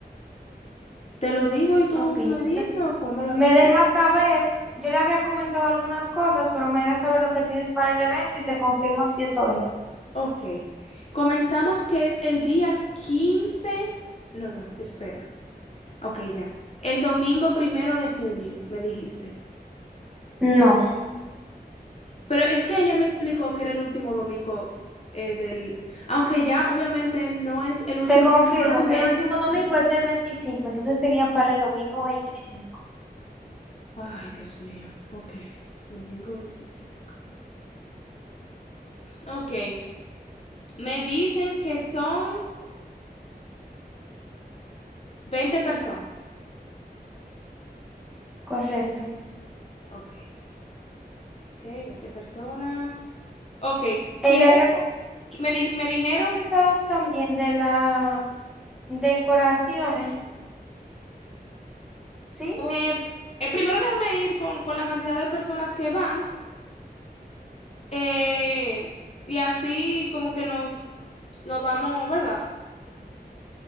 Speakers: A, on the left; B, in the centre.
A: Te lo digo y tú
B: Ok,
A: me
B: entonces,
A: dices o cómo lo hacemos.
B: me dejas saber, yo le había comentado algunas cosas, pero me dejas saber lo que tienes para el evento y te confirmo si eso es.
A: Ok. Comenzamos que es el día 15. No, no, espera. Ok, ya. El domingo primero de junio, me dijiste.
B: No,
A: Pero es que ella me explicó que era el último domingo eh, del, aunque ya obviamente no es el último
B: te confirmo,
A: domingo del
B: el último
A: mes.
B: domingo es el veinticinco. entonces sería para el domingo veinticinco.
A: Ay, Dios mío. Ok, domingo veinticinco Ok, me dicen que son 20 personas.
B: Correcto.
A: Ok, ok, 20 personas. Ok,
B: Él
A: quiero,
B: le había
A: me, di- me dijeron,
B: comentado también de la decoración, ¿sí?
A: eh, eh, primero déjame ir con, con la cantidad de personas que van eh, y así como que nos, nos vamos, ¿verdad?